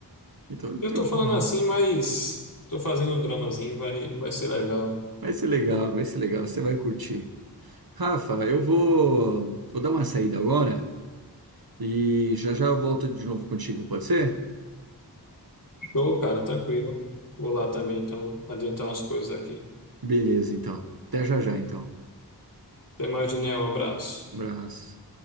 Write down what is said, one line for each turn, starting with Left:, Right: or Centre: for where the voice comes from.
Right: Então,
Left: Eu
Right: tranquilo.
Left: tô falando assim, mas tô fazendo um dramazinho, vai, vai ser legal.
Right: Vai ser legal, vai ser legal. Você vai curtir. Rafa, eu vou, vou dar uma saída agora e já já eu volto de novo contigo, pode ser?
Left: Show, cara, tranquilo. Vou lá também, então, adiantar umas coisas aqui.
Right: Beleza, então. Até já já, então.
Left: Até mais, Daniel, um abraço.
Right: Abraço.